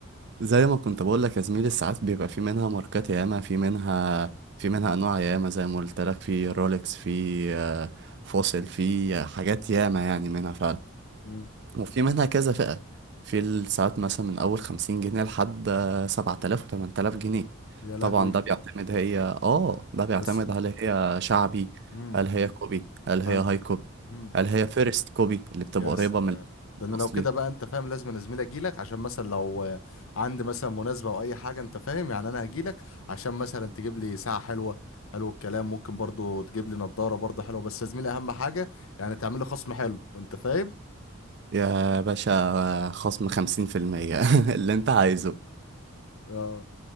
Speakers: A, on the right; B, on the left.
A: زي ما كنت بقول لك يا زميلي الساعات بيبقى في منها ماركات ياما في منها في منها انواع ياما زي ما قلت لك في رولكس في آه، فوسيل في آه، حاجات ياما يعني منها فعلا
B: مم.
A: وفي منها كذا فئة في الساعات مثلا من أول خمسين جنيه لحد سبعة آلاف وتمن تلاف جنيه
B: يا لهوي
A: طبعا ده بيعتمد هي اه ده بيعتمد
B: بس
A: هل هي شعبي
B: مم.
A: هل هي كوبي هل هي
B: حلو
A: هاي كوبي
B: مم.
A: هل هي فيرست كوبي اللي بتبقى
B: يا
A: قريبة
B: سلام
A: من
B: ده انا
A: الأصلي
B: لو كده بقى انت فاهم لازم انا زميلي اجي لك عشان مثلا لو آه، عندي مثلا مناسبه او اي حاجه انت فاهم يعني انا هجي لك عشان مثلا تجيب لي ساعه حلوه حلو الكلام ممكن برضو تجيب لي نظاره برضو حلوه بس يا زميلي اهم حاجه يعني تعمل لي خصم حلو انت فاهم
A: يا باشا خصم خمسين في المية <laughs> اللي انت عايزه
B: اه